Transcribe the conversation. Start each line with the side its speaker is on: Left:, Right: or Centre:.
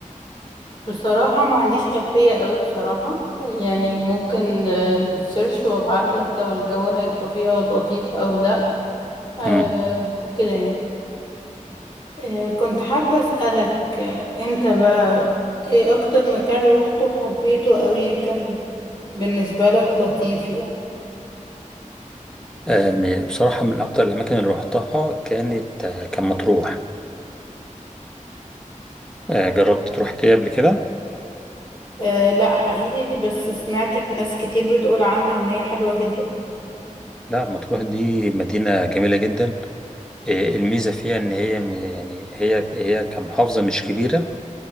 Left: بصراحة ما عنديش خلفية قوي بصراحة يعني ممكن آه، نسيرش وابعتلك لو الجو هيبقى فيها لطيف أو لأ آه،
Centre: مم.
Left: كده يعني آه، كنت حابة أسألك آه، أنت بقى إيه أكتر مكان روحته وحبيته قوي وكان بالنسبة لك لطيف يعني
Centre: آه، م- بصراحة من أكتر الأماكن اللي روحتها كانت آه، كان مطروح آه، جربت تروح كده قبل كده؟
Left: أه لا حقيقي بس سمعت ناس كتير بتقول عنها إن هي حلوة جدا
Centre: لا مطروح دي مدينة جميلة جدا آه، الميزة فيها إن هي م- يعني هي هي كمحافظة مش كبيرة